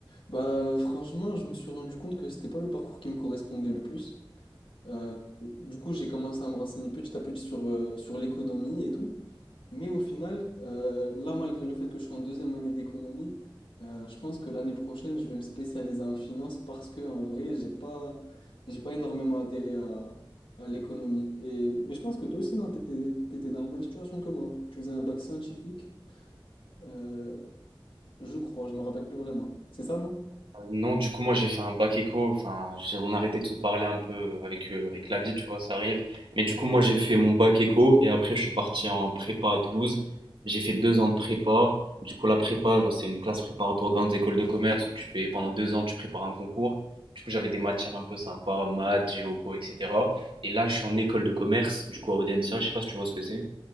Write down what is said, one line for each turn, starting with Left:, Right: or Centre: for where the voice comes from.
Left: Bah franchement, je me suis rendu compte que c'était pas le parcours qui me correspondait le plus. Euh, du coup, j'ai commencé à me renseigner petit à petit sur, euh, sur l'économie et tout. Mais au final, euh, là, malgré le fait que je suis en deuxième année d'économie, euh, je pense que l'année prochaine, je vais me spécialiser en finance parce que en vrai, j'ai pas, j'ai pas énormément adhéré à, à l'économie. Et, mais je pense que toi aussi, non, t'étais, t'étais dans la même situation que moi. Tu faisais un bac scientifique, euh, je crois, je me rappelle plus vraiment. C'est ça, non?
Right: Non, du coup, moi, j'ai fait un bac éco. Enfin, j'ai- on arrêtait de se parler un peu avec, euh, avec la vie, tu vois, ça arrive. Mais du coup, moi, j'ai fait mon bac éco et après, je suis parti en prépa à Toulouse. J'ai fait deux ans de prépa. Du coup, la prépa, genre, c'est une classe préparatoire aux grandes écoles de commerce où tu fais pendant deux ans, tu prépares un concours. Du coup, j'avais des matières un peu sympas, maths, géopo, etc. Et là, je suis en école de commerce, du coup, à Audencia. Je sais pas si tu vois ce que c'est.